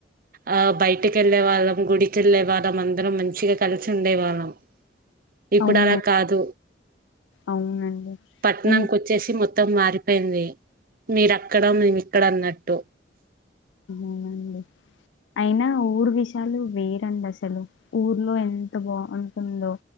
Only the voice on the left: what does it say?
అవునండి
అవునండి
ఇం
అవునండి అయినా ఊరు విషయాలు వేరండి అసలు ఊర్లో ఎంత బాగుంటుందో